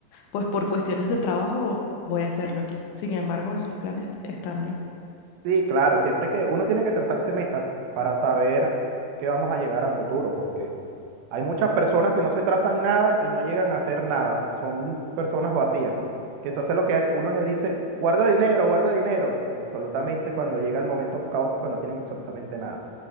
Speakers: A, on the left; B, on the right.
A: pues por cuestiones de trabajo voy a hacerlo aquí. Sin embargo, esos planes están ahí.
B: Sí, claro, siempre que uno tiene que trazarse metas para saber que vamos a llegar a futuro, porque Hay muchas personas que no se trazan nada y no llegan a hacer nada. Son personas vacías. Que entonces lo que uno les dice, guarda dinero, guarda dinero. Y absolutamente cuando llega el momento caótico no tienen absolutamente nada.